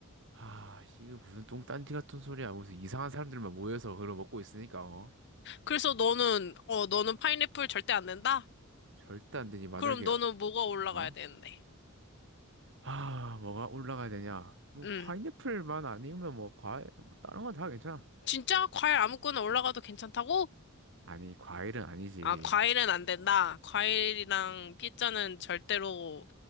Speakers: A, on the right (about 60°); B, on the left (about 55°).
A: 하, 이게 무슨 똥딴지 같은 소리야. 무슨 이상한 사람들만 모여서 그걸 먹고 있으니까, 어.
B: 그래서 너는, 어, 너는 파인애플 절대 안 된다?
A: 절대 안 되지. 만약에
B: 그럼 너는 뭐가 올라가야
A: 어?
B: 되는데?
A: 아, 뭐가 올라가야 되냐? 뭐
B: 음.
A: 파인애플만 아니면 뭐 과일 뭐 다른 건 다 괜찮아.
B: 진짜? 과일 아무거나 올라가도 괜찮다고?
A: 아니, 과일은 아니지.
B: 아, 과일은 안 된다. 과일이랑 피자는 절대로